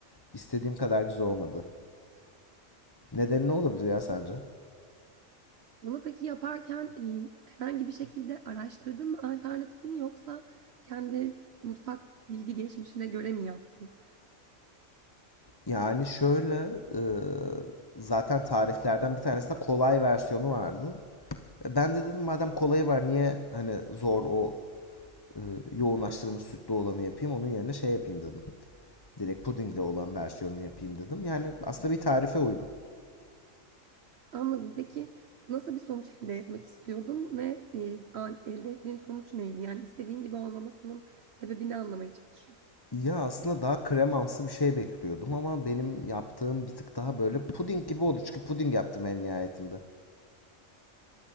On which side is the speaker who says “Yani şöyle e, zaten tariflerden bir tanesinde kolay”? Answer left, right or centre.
Left